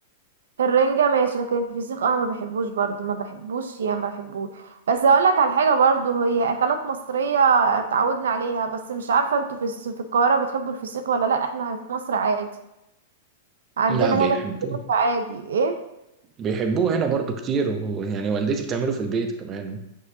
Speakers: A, on the right; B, on the right.
A: الرنجة ماشي لكن الفسيخ انا ما بحبوش برضو ما بحبوش يعني ما بحبوش بس هقولك على حاجة برضو هي اكلات مصرية اتعودنا عليها بس مش عارفة انتوا في الس- في القاهرة بتحبوا الفسيخ ولا لا احنا في مصر عادي عندنا
B: لا بيحبوه
A: هنا في الفيوم عادي ايه
B: بيحبوه هنا برضو كتير ويعني والدتي بتعمله في البيت كمان